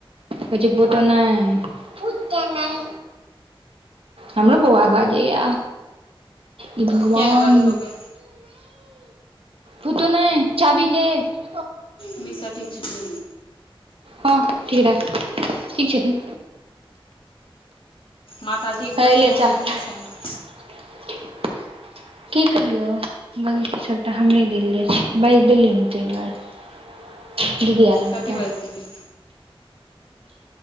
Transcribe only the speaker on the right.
फोटो नय पत नहि हमरो बउआ बाजैया ई भगवान
फूतो नै चाबी लेब
हँ ठीक रह ठीक छथिन
हे
ले
चाभी
<unintelligible> की कहियौ गलती सबटा हमरे देल जाइ छै बाजि देलियै ने तहि दुआरे दिदी आल
तऽ